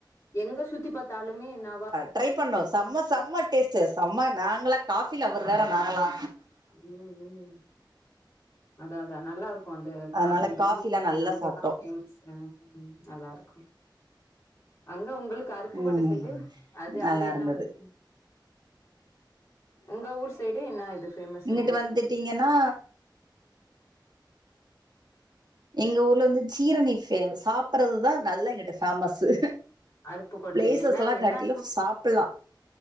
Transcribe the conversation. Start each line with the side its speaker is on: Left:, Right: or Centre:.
Left: எங்க சுத்தி பாத்தாலுமே நா வா
Right: ட்ரைப்பண்ணோ செம செம டேஸ்ட்டு செம நாங்களா காஃபி லவர் வேற நாங்களா
Left: ம் ம் அதாதா நல்லாருக் கு அந்த
Right: அதனால
Left: காஃபி டிகிரி
Right: காஃபிலா
Left: காஃபி
Right: நல்லா
Left: அங்கதா
Right: சாப்ட்டோ
Left: ஃபேமஸ் ம் ம் நல்லாருக்கூ அங்க ஒங்குளுக்கு அருப்புக்கோட்ட
Right: ம்
Left: சைடு அது
Right: நல்லா
Left: அங்க என்ன
Right: இருந்தது
Left: ஒங்களுக்கு உங்க ஊர் சைடு என்னா இது ஃபேமஸ்
Right: இங்கிட்டு
Left: உங்களுக்கு
Right: வந்துட்டீங்கன்னா எங்க ஊர்ல வந்து ஜீரநீர் ஃபேமஸ் சாப்பறதுதா நல்ல இங்கிட்டு ஃபேமஸு
Left: அருப்புக்கோட்டை
Right: ப்ளேசஸ்லா
Left: என்ன என்ன
Right: காட்டிலூ சாப்பட்லா